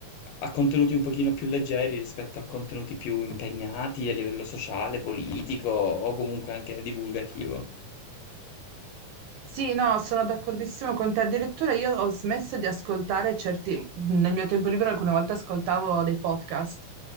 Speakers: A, on the left; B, on the right.
A: a contenuti un pochino più leggeri rispetto a contenuti più impegnati a livello sociale, politico o comunque anche divulgativo.
B: Sì, no, sono d'accordissimo con te. Addirittura io ho smesso di ascoltare certi, nel mio tempo libero alcune volte ascoltavo dei podcast